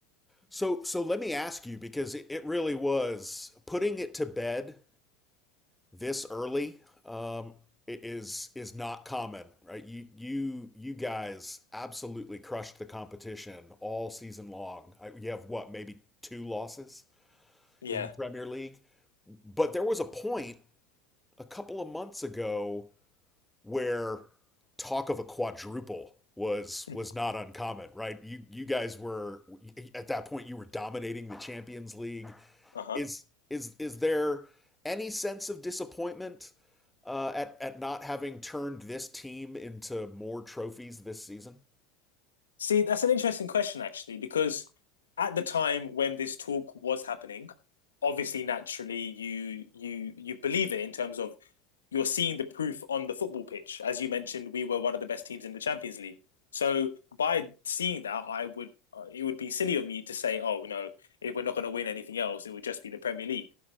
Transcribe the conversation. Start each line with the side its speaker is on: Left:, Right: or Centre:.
Centre: So so let me ask you because it, it really was putting it to bed this early um i- is is not common, right? You you you guys absolutely crushed the competition all season long. I- You have what, maybe two losses
Left: Yeah.
Centre: in the Premier League? But there was a point a couple of months ago where talk of a quadruple was
Left: <laughs>
Centre: was not uncommon, right? You you guys were at that point you were dominating the Champions League.
Left: Uh-huh.
Centre: Is is is there any sense of disappointment uh, at at not having turned this team into more trophies this season?
Left: See, that's an interesting question, actually, because at the time when this talk was happening, obviously, naturally, you you you believe it in terms of you're seeing the proof on the football pitch. As you mentioned, we were one of the best teams in the Champions League. So by seeing that, I would uh, it would be silly of me to say, oh no, if we're not going to win anything else, it would just be the Premier League.